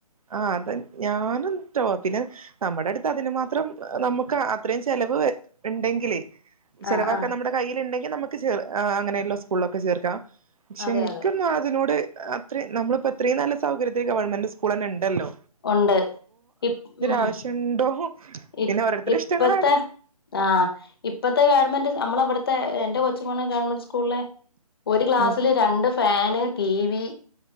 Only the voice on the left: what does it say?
ആഹ് ആഹ്
അതെ
അതെ
ഒണ്ട് ഇപ്പ് മ്മ്
ഇപ്
ഇപ്പത്തെ
ആ ഇപ്പത്തെ ഗവൺമെന്റ് നമ്മളവിടുത്തെ എന്റെ കൊച്ചു പോണ് ഗവൺമെന്റ് സ്കൂളിലെ ഒരു ഗ്ലാസ്സില്
രണ്ട് ഫാന് ടി വി